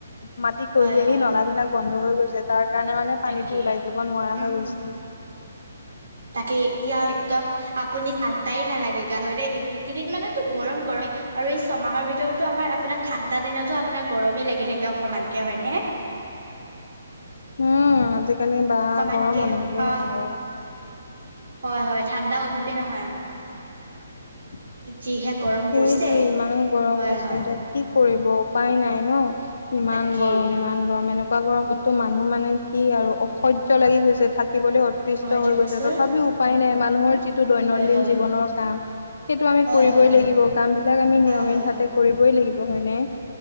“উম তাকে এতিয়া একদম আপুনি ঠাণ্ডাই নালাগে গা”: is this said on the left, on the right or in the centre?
Right